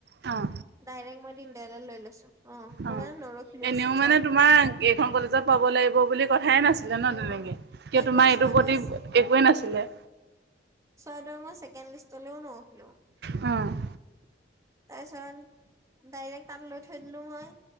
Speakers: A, on the right; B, on the right.
A: অঁ।
B: ডাইৰেক্ট মই দিনদয়ালত লৈ লৈছো, অঁ মই
A: অ
B: মানে নৰখিলো
A: এনেও
B: চা
A: মানে তোমাৰ এইখন কলেজত পাব লাগিব বুলি কথাই নাছিলে ন
B: অ
A: তেনেকে।
B: সেইটোৱে
A: কিয় তোমাৰ এইটোৰ
B: ছয়দোৱা
A: প্ৰতি একোৱেই নাছিলে।
B: ছয়দৰা মই ছেকেণ্ড লিষ্টলেও নৰখিলো।
A: উম।
B: তাৰপিছত ডাইৰেক্ট তাত লৈ থৈ দিলো মই।